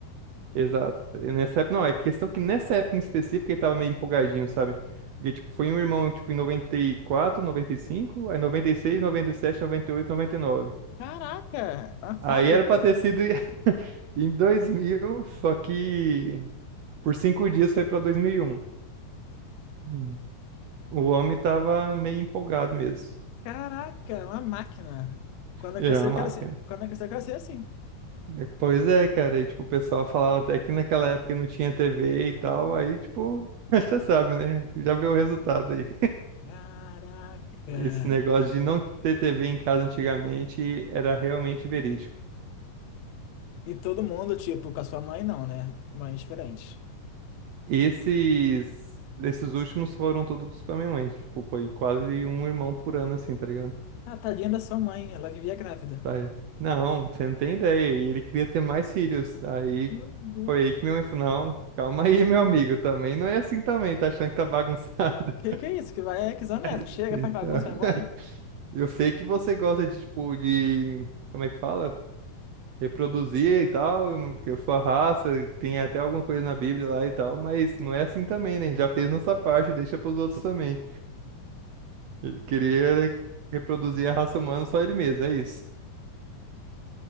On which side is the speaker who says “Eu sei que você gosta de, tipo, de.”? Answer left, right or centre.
Right